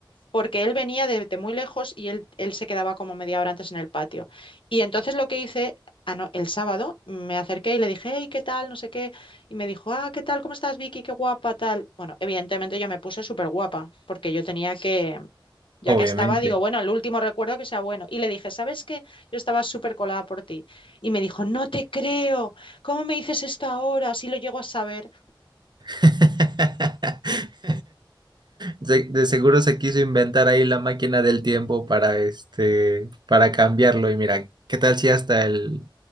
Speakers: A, on the left (about 85°); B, on the right (about 60°).
A: porque él venía de, de muy lejos y él, él se quedaba como media hora antes en el patio. Y entonces lo que hice... ano- El sábado me acerqué y le dije, hey, ¿qué tal? No sé qué. Y me dijo, ah, ¿qué tal? ¿Cómo estás, Vicky? Qué guapa, tal. Bueno, evidentemente yo me puse súper guapa porque yo tenía que, ya
B: Obviamente.
A: que estaba, digo, bueno, el último recuerdo que sea bueno. Y le dije, ¿sabes qué? Yo estaba súper colada por ti. Y me dijo, no te creo. ¿Cómo me dices esto ahora? Si lo llego a saber.
B: <laughs> Se- De seguro se quiso inventar ahí la máquina del tiempo para este, para cambiarlo. Y mira, ¿qué tal si hasta el,